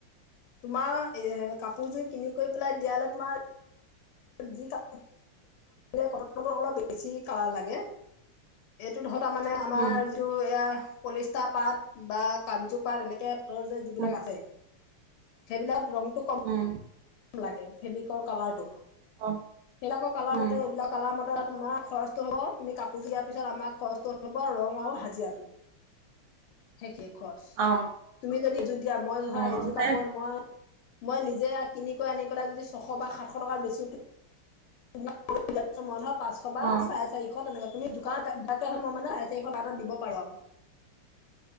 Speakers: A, on the left; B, on the right.
A: তোমাৰ এ কাপোৰযোৰ কিনি কৰি পেলাই দিয়ালে তোমাৰ। যি কা কটনৰটো অলপ বেছি কালাৰ লাগে এইটোৰ ধ। তাৰ মানে আমাৰ
B: উম
A: যিটো এইয়া। পলিষ্টাৰ পাত বা কাঞজু পাত এনেকে। পাতৰ যে যিবিলাক
B: উম
A: আছে। সেইবিলাক। ৰংটো কম
B: উম
A: লাগে ফেব্ৰিকৰ কালাৰটো সেইবিলাকৰ
B: অ
A: কালাৰ
B: উম
A: মতে এইবিলাক কালাৰ মতে তোমাৰ খৰচটো হ'ব তুমি কাপোৰযোৰ দিয়াৰ পিছত আমাৰ খৰচটো হ'ব ৰং আৰু হাজিৰাটো সেইখিনিত খৰচ
B: অ
A: তুমি যদি এযোৰ দিয়া মই ধৰা
B: অ
A: এযোৰ
B: দে
A: কাপোৰত মই মই নিজে কিনিকৈ আনি পেলাই যদি ছশ বা সাতশ টকাৰ বেছু <unintelligible> পাঁচশ
B: অ
A: বা চাৰে চাৰিশ তেনেকা তুমি দোকান দু মই মানে আ চাৰিশ বাতত দিব পাৰোঁ আৰু